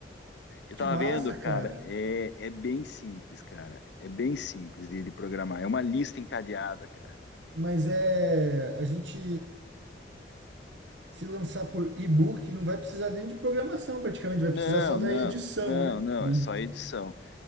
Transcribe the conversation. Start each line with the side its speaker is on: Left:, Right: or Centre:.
Left: Eu
Right: que
Left: tava
Right: massa,
Left: vendo, cara,
Right: cara.
Left: é, é bem simples, cara. É bem simples de, de programar. É uma lista encadeada, cara.
Right: Mas é a gente se lançar por e-book não vai precisar nem de programação, praticamente vai
Left: Não,
Right: precisar só da
Left: não,
Right: edição,
Left: não,
Right: né?
Left: não.
Right: Do-
Left: É só edição.